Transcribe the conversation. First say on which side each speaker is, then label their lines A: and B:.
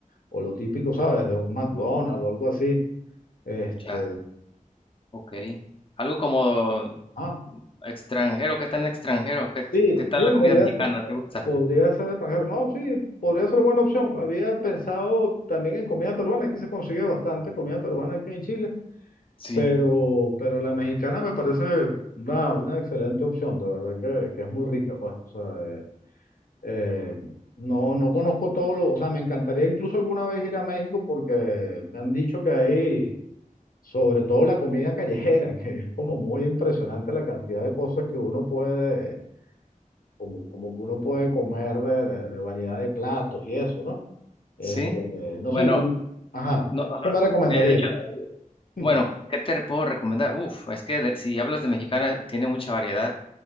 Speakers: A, on the left; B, on the left.
A: o lo típico, ¿sabes? De un McDonald's o algo así. Este,
B: Sí. Ah, ok. Algo como
A: ah,
B: extranjero, ¿qué tan extranjero? ¿Qué,
A: sí,
B: qué tal
A: sí,
B: la comida
A: podría
B: mexicana?
A: ser,
B: ¿Te gusta?
A: podría ser extranjero. No, sí, podría ser buena opción. Había pensado también en comida peruana, aquí se consigue bastante comida peruana aquí en Chile.
B: Sí,
A: Pero, pero la mexicana me parece una, una excelente opción, de verdad que, que es muy rica, pues. O sea, eh, eh, no, no conozco todo lo, o sea, me encantaría incluso alguna vez ir a México porque me han dicho que hay, sobre todo la comida callejera, <laughs> que es como muy impresionante la cantidad de cosas que uno puede, como, como que uno puede comer de, de, de variedad de platos y eso, ¿no? Este,
B: sí.
A: no
B: Bueno,
A: sé, y tú, ajá,
B: no, ajá.
A: ¿qué me recomendarías?
B: Eh, de hecho,
A: <laughs>
B: bueno, ¿qué te puedo recomendar? Uf, es que de- si hablas de mexicana, tiene mucha variedad.